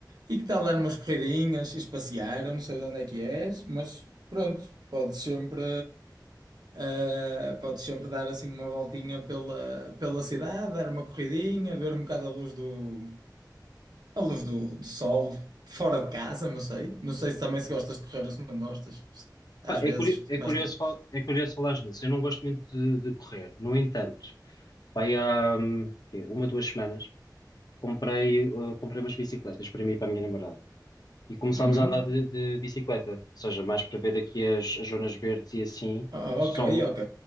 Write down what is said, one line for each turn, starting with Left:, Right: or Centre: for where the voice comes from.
Right: e que tal dar umas corridinhas, ires passear, eu não sei de onde é que és, mas pronto, podes sempre, ah, podes sempre dar assim uma voltinha pela, pela cidade, dar uma corridinha, ver um bocado a luz do a luz do, do sol, fora de casa, não sei. Não sei se também se gostas de correr ou se não gostas. Às
Left: Pá, é,
Right: vezes,
Left: curi- é
Right: basta.
Left: curioso, fal- é curioso falares nisso. Eu não gosto muito de, de correr. No entanto, vai há hum, quê? uma, duas semanas, comprei, uh, comprei umas bicicletas para mim e para a minha namorada. E começámos
Right: Uhum.
Left: a andar de, de bicicleta, ou seja, mais para ver aqui as, as zonas verdes e assim,
Right: Ah,
Left: que
Right: ok,
Left: são,
Right: ok.